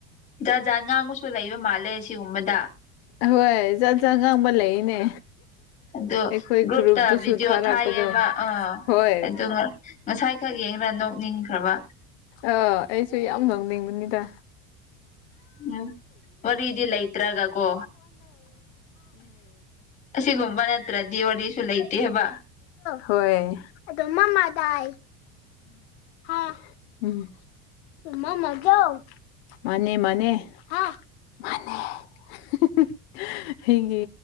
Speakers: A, on the left (about 20°); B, on the left (about 70°).
A: ꯖꯥꯠ ꯖꯥꯠ ꯉꯥꯡꯕꯁꯨ ꯂꯩꯕ ꯃꯥꯜꯂꯦ ꯁꯤꯒꯨꯝꯕꯗ
B: ꯍꯣꯏ ꯆꯖꯠ ꯆ ꯑ ꯉꯥꯡꯕ ꯂꯩꯅꯦ
A: ꯑꯗꯨ
B: ꯑꯩꯈꯣꯏ
A: ꯒ꯭ꯔꯨꯞꯇ
B: ꯒ꯭ꯔꯨꯞꯇꯁꯨ
A: ꯚꯗꯤꯑꯣ
B: ꯊꯥꯔꯛꯄꯗꯣ
A: ꯊꯥꯏꯑꯕ ꯑꯥ
B: ꯍꯣꯏ
A: ꯑꯗꯨ ꯉꯁꯥꯏ ꯈꯪꯒꯤ ꯅꯣꯛꯅꯤꯡꯈ꯭ꯔꯕ
B: ꯑꯥ ꯑꯩꯁꯨ ꯌꯥꯝ ꯉꯧꯅꯤꯡꯕꯅꯤꯗ
A: ꯎꯝ ꯋꯥꯔꯤꯗꯤ ꯂꯩꯇ꯭ꯔꯒ ꯀꯣ ꯑꯁꯤꯒꯨꯝꯕ ꯅꯠꯇ꯭ꯔꯗꯤ ꯋꯥꯔꯤꯁꯨ ꯂꯩꯇꯦꯕ
B: ꯍꯣꯏ ꯑꯗꯨ ꯃꯃꯥꯗꯥꯥꯏ ꯍꯥ <unintelligible> ꯍꯦꯡꯒꯤ